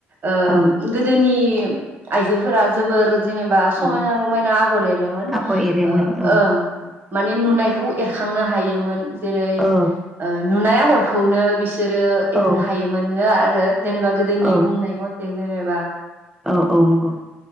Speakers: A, on the right; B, in the centre.
A: ओ
B: औ
A: गोदोनि आइजोफोरा जोबोर जेनेबा समायना
B: औ
A: रमायना आगर एरोमोन
B: आगर एरोमोन
A: ओ
B: औ
A: ओं माने नुनायखौ एरखांनो हायोमोन जेरै
B: औ
A: ओ नुनाय आ गरखौनो बिस बिसोरो
B: औ
A: एरनो हायोमोन नो आ रो जेनेबा गोदोनि
B: औ
A: बुंनाय मथे जेनेब बा
B: औ औ नंगौ